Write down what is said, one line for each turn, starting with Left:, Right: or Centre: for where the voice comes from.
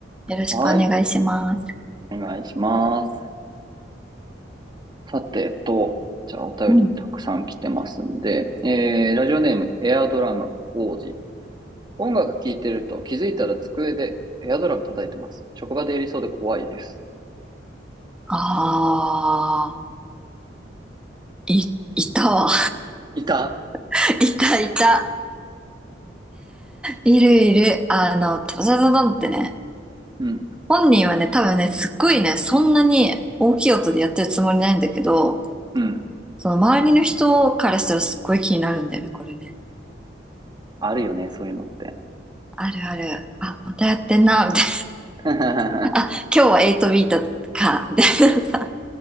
Centre: よろしくお願いします。
Right: はい。お願いします。さてと、じゃあ、お便りたくさん来てますんで、
Centre: うん。
Right: えー、ラジオネーム、エアドラム王子。音楽聴いてると気づいたら机でエアドラム叩いてます。職場でやりそうで怖いです。
Centre: あー、い、いたわ。
Right: いた
Centre: <laughs> いたいた。いるいる。あの、タタタタタンってね、
Right: うん。
Centre: 本人はね、多分ね、すっごいね、そんなに大きい音でやってるつもりないんだけど、
Right: うん。
Centre: その周りの人からしたらすっごい気になるんだよね、これね。
Right: あるよね、そういうのって。
Centre: あるある。あ、またやってんな、みたい
Right: <laughs>
Centre: な。<laughs> あ、今日は8ビートか、みたいなさ。